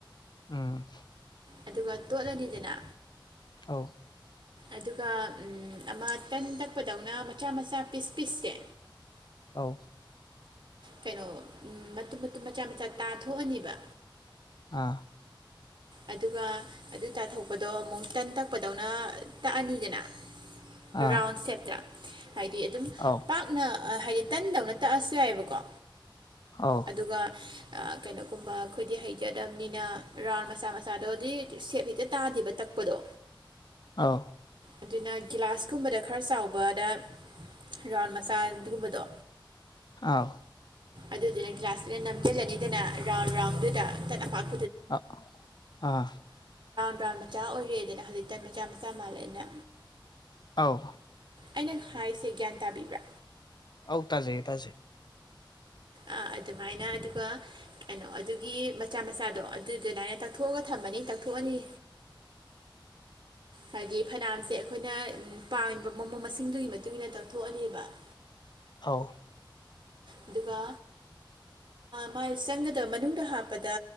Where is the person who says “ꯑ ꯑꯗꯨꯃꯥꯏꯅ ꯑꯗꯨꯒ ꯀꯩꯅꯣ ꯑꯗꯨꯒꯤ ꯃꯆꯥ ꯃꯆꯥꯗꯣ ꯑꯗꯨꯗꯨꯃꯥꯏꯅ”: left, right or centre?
Right